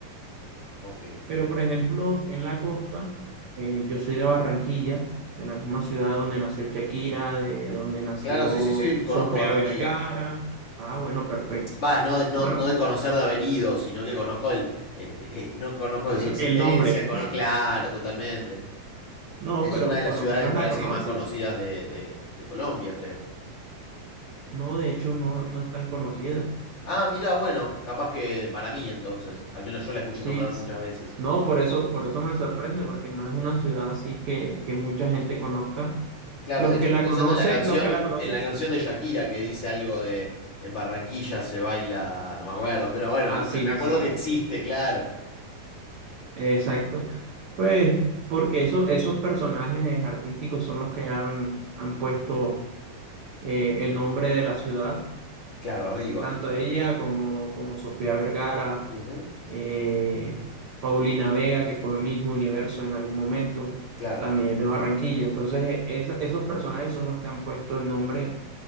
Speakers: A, on the left; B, on the right.
A: ok.
B: Pero, por ejemplo, en la costa, eh, yo soy de Barranquilla, de la misma ciudad donde nació Shakira, de donde nació
A: Claro, sí, sí, sí, me conozco
B: Sofía
A: Barranquilla.
B: Vergara. Ah, bueno, perfecto.
A: Va, no, de- no,
B: Bar-
A: no de conocer de haber ido, sino que conozco el, el- eh, eh, no conozco de su existencia,
B: el nombre.
A: cono-
B: <laughs>
A: claro, totalmente.
B: No,
A: Es
B: pero
A: una de las
B: por
A: ciudades,
B: lo menos
A: me parece
B: la conoces.
A: que más conocidas de, de, de Colombia, creo.
B: No, de hecho, no, no es tan conocida.
A: Ah, mirá, bueno, capaz que para mí entonces, al menos yo la escuché
B: Sí.
A: nombrar
B: es-
A: muchas veces.
B: No, por eso, por eso me sorprende, porque no es una ciudad así que, que mucha gente conozca.
A: Claro,
B: Los
A: de hecho
B: que
A: estoy
B: la
A: pensando
B: conocen,
A: en la canción,
B: los que la conoces,
A: en la canción de Shakira que dice algo de en Barranquilla se baila, no me acuerdo, pero bueno,
B: ah,
A: me
B: sí,
A: me acuerdo
B: sí,
A: que existe, claro.
B: exacto. Pues porque eso, esos personajes artísticos son los que han, han puesto eh, el nombre de la ciudad
A: Claro, arriba.
B: tanto ella como, como Sofía Vergara,
A: Ujú,
B: eh, Paulina Vega, que fue Miss Universo en algún momento,
A: claro.
B: también es de Barranquilla. Entonces, e- esa- esos personajes son los que han puesto el nombre